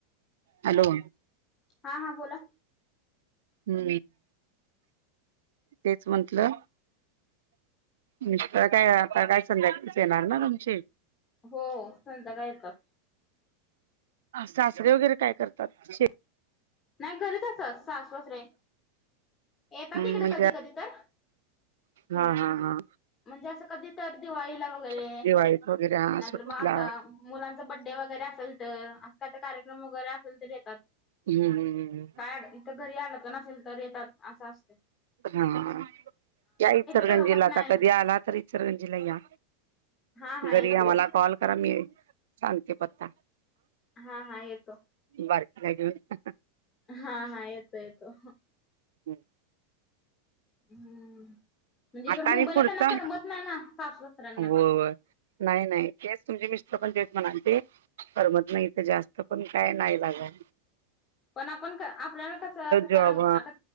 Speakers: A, on the right; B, on the left.
A: हॅलो,
B: हा हा बोला.
A: हम, तेच म्हटलं मिस्टर काय आता काय संध्याकाळीच येणार ना तुमची.
B: हो, संध्याकाळी येतात.
A: सासरे वगैरे काय करतात? शेत
B: नाही घरीच अससास सासू सासरे. येतात
A: म्हणजे
B: इकडे कधी कधी तर
A: हा हा हा,
B: म्हणजे असं कधीत तर दिवाळीला वगैरे
A: दिवाळीत वगैरे हा
B: नाहीतर
A: सुट्टीला
B: मग असा मुलांचा बड्डे वगैरे असेल त <unintelligible> कार्यक्रम वगैरे असेल तर येतात.
A: हम् हम् हम हम,
B: काय इथं घरी आलं तर नसेल तर येतात असं असते.
A: हा, या इचरगंजीला
B: करमत
A: आता
B: नाही
A: कधी आला तर इचरगंजीला या.
B: हा हा
A: घरी
B: येतो
A: आम्हाला
B: येतो
A: कॉल करा. मी सांगते पत्ता.
B: हा हा येतो.
A: बारकीला घेऊन
B: हा हा येतो येतो.
A: ह..
B: ह म्हणजे इकड
A: आता
B: मुंबईला
A: आणि पुढचा
B: त्यांना करमत नाही ना, सासू- सासऱ्यांना.
A: होय नाही, नाही तेच तुमचे मिस्टर पण तेच म्हणालते. करमत नाही इथं जास्त, पण काय नाईलाज हाय.
B: पण आपण आपल्याला कसं
A: जॉब
B: करम आता